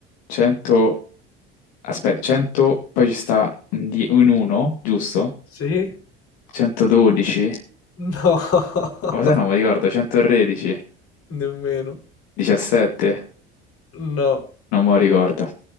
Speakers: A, on the left; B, on the left.
A: 100, aspetta, 100, poi ci sta un die- un 1, giusto?
B: Sì?
A: 112,
B: No. <laughs>
A: o se no mi ricordo, 113,
B: Nemmeno.
A: 17,
B: No.
A: non me lo ricordo.